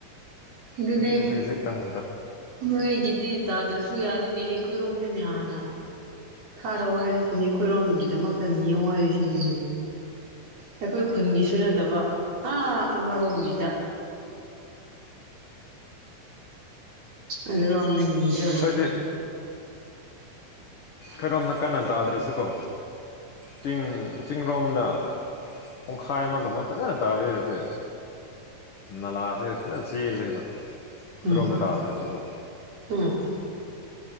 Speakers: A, on the right; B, on the left.
A: ꯑꯗꯨꯅꯦ
B: ꯀꯖꯤ ꯀꯖꯤꯦ ꯀꯖꯤ ꯇꯪ
A: ꯅꯣꯏꯒꯤꯗꯤ ꯇꯥꯗ꯭ꯔꯁꯨ ꯌꯥꯔꯤꯅꯦꯍ ꯑꯩꯈꯣꯏꯔꯣꯝꯅꯤꯅꯦ ꯍꯥꯟꯅ ꯊꯥꯔꯛꯑꯣ ꯍꯥꯏꯔꯤꯁꯤꯅꯤ ꯑꯩꯈꯣꯏꯔꯣꯝꯒꯤꯗꯃꯛꯇ ꯅꯤꯉꯣ ꯍꯥꯏꯔꯤꯁꯤꯅꯦ ꯑꯩꯈꯣꯏ ꯈꯨꯟꯒꯤꯁꯨ ꯅꯠꯇꯕ ꯑꯥ ꯑꯃꯔꯣꯝꯒꯤꯗ ꯑ ꯂ ꯅꯅꯤꯗꯧꯔꯤꯁꯤ
B: ꯑꯩꯈꯣꯏꯗꯤ ꯈꯔꯣꯝ ꯀꯟꯅ ꯇꯥꯗ꯭ꯔꯁꯨꯀꯣ ꯆꯤꯡ ꯆꯤꯡꯂꯣꯝꯗ ꯄꯨꯡꯈꯥꯏ ꯑꯃꯒꯨꯝ ꯑꯃ ꯐꯖꯅ ꯇꯥꯕꯤꯔꯗꯤ ꯅꯂꯥꯁꯦ ꯆꯦꯜꯂꯦꯕ ꯈꯔꯣꯝꯗ
A: ꯎꯝ
B: ꯇꯥꯗ꯭ꯔꯁꯤꯀꯣ
A: ꯎꯝ